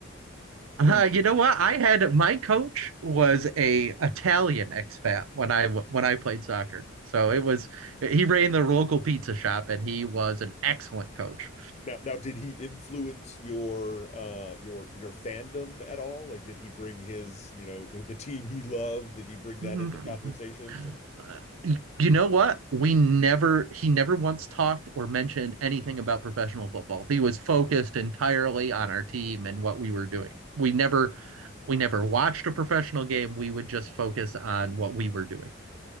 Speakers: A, on the right; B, on the left.
A: Uh,
B: who
A: you know what? I had my coach was a Italian expat when I w- when I played soccer. So it was he ran the local pizza shop and he was an excellent coach.
B: Now, now, did he influence your uh your your fandom at all? Like, did he bring his, you know, the, the team he loved? Did he bring that
A: Mhm.
B: into conversations? And
A: Uh, y- you know what? We never he never once talked or mentioned anything about professional football. He was focused entirely on our team and what we were doing. We never we never watched a professional game. We would just focus on what we were doing.